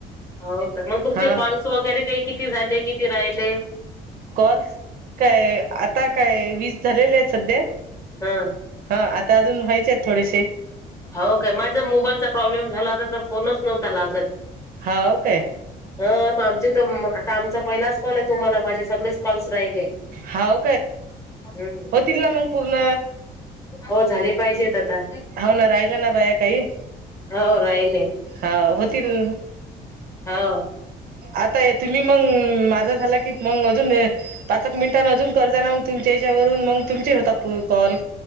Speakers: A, on the left; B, on the right.
A: हो का मग तुमचे
B: हा
A: कॉल्स वगैरे काही किती झाले किती राहिले.
B: कॉल्स काय आता काय वीज झालेले आहेत सध्या
A: हा
B: हा आता अजून व्हायचे आहेत थोडेसे
A: हो काय माझा मोबाईलचा प्रॉब्लेम झालाता तर फोनच नव्हता लागत
B: होा ओ काय
A: ह आमच तर आता आमचा पहिलाच कॉल आहे तुम्हाला माझे सगळेच कॉल्स राहिले
B: हाव
A: हम्म
B: होतील ना मंग पूर्ण
A: हो झाले पाहिजेत आता
B: हाव ना राहिलं ना बाया काही
A: हो राहिले
B: हा होतील.
A: हा
B: आता तुम्ही मंग माझा झाला की मग अजून. पाचक मिनिटं अजून करजना मग तुमच्या याच्यावरून मग तुमचे होतात कॉल.